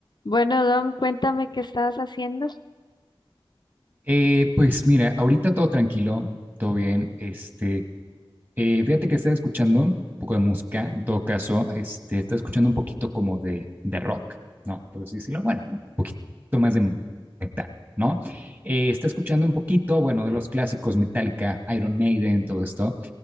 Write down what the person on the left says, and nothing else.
Bueno, Dom, cuéntame qué estabas haciendo.